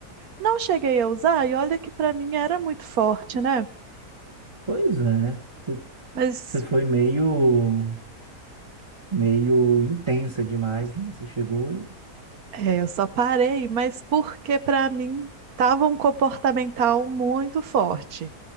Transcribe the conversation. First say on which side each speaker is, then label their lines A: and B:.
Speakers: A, on the right (about 65°); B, on the right (about 20°).
A: não cheguei a usar, e olha que para mim era muito forte, né?
B: Pois é, você
A: Mas
B: você foi meio, meio intensa demais, né? Você chegou e
A: é, eu só parei, mas porque para mim tava um comportamental muito forte.